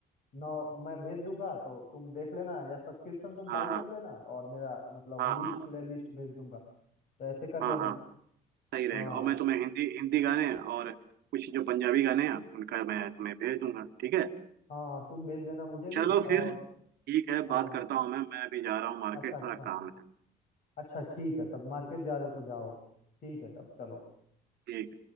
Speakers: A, on the left; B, on the right.
A: ना मैं भेज दूंगा तो तुम देख लेना या सब्सक्रिप्शन तुम
B: हाँ
A: बाई
B: हाँ
A: कर लेना और मेरा मतलब
B: हाँ
A: लिस्ट
B: हाँ हाँ
A: प्ले लिस्ट भेज दूंगा तो ऐसे कर
B: हाँ
A: लेना
B: हाँ सही रहेगा
A: हाँ
B: और मैं तुम्हें हिंदी हिंदी गाने और कुछ जो पंजाबी गाने हैं उनका मैं तुम्हें भेज दूंगा ठीक है
A: हाँ तुम भेज देना मुझे भी
B: चलो फिर
A: और
B: ठीक है बात
A: हाँ
B: करता हूँ मैं मैं अभी जा रहा हूँ मार्केट
A: अच्छा अच्छा
B: थोड़ा काम है
A: अच्छा ठीक है तब मार्केट जा रहे हो तो जाओ ठीक है तब चलो
B: ठीक